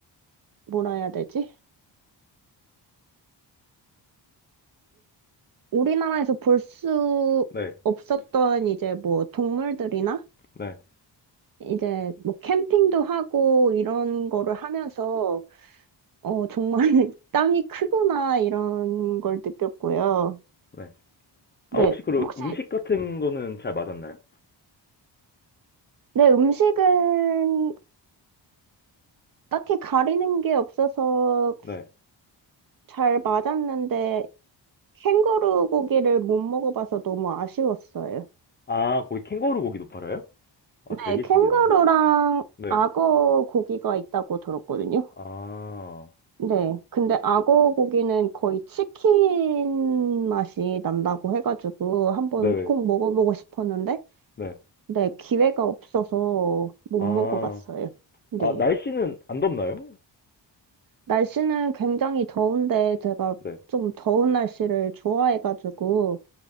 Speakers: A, on the right; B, on the left.
A: 뭐라 해야 되지? 우리나라에서 볼 수
B: 네,
A: 없었던 이제 뭐 동물들이나
B: 네,
A: 이제 뭐 캠핑도 하고 이런 거를 하면서 어 정말 <laughs> 땅이 크구나 이런 걸 느꼈고요.
B: 네. 아,
A: 네,
B: 혹시 그
A: 혹시
B: 음식 같은 거는 잘 맞았나요?
A: 내 음식은 딱히 가리는 게 없어서
B: 네.
A: 잘 맞았는데 캥거루 고기를 못 먹어봐서 너무 아쉬웠어요.
B: 아, 거기 캥거루 고기도 팔아요? 아,
A: 네,
B: 되게
A: 캥거루랑
B: 신기하네. 네.
A: 악어 고기가 있다고 들었거든요.
B: 아,
A: 네. 근데 악어 고기는 거의 치킨 맛이 난다고 해가지고 한번
B: 네네,
A: 꼭 먹어보고 싶었는데,
B: 네.
A: 네, 기회가 없어서 못
B: 아,
A: 먹어봤어요. 네.
B: 아, 날씨는 안 덥나요?
A: 날씨는 굉장히 더운데 제가
B: 네,
A: 좀 더운 날씨를 좋아해가지고,